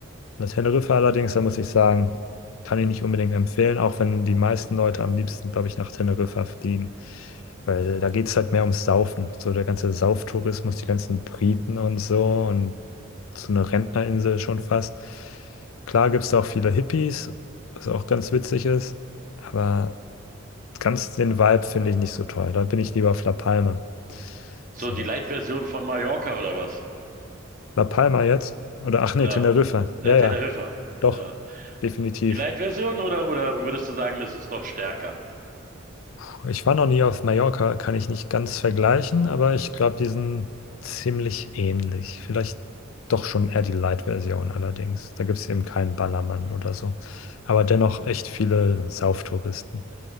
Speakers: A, on the left; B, on the right.
A: Na, Teneriffa allerdings, da muss ich sagen, kann ich nicht unbedingt empfehlen, auch wenn die meisten Leute am liebsten, glaube ich, nach Teneriffa fliegen. Weil da geht es halt mehr ums Saufen. So der ganze Sauftourismus, die ganzen Briten und so und so eine Rentnerinsel schon fast. Klar gibt es da auch viele Hippies, was auch ganz witzig ist, aber ganz den Vibe finde ich nicht so toll. Da bin ich lieber auf La Palma.
B: So
A: So.
B: die Light-Version von Mallorca oder was?
A: La Palma jetzt? Oder ach nee,
B: Ja,
A: Teneriffa.
B: äh,
A: Ja,
B: Teneriffa.
A: ja, doch,
B: Ja.
A: definitiv.
B: Die Light-Version oder, oder würdest du sagen, das ist noch stärker?
A: Puh, Ich war noch nie auf Mallorca, kann ich nicht ganz vergleichen, aber ich glaube, die sind ziemlich ähnlich. Vielleicht doch schon eher die Light-Version allerdings. Da gibt es eben keinen Ballermann oder so. Aber dennoch echt viele Sauftouristen.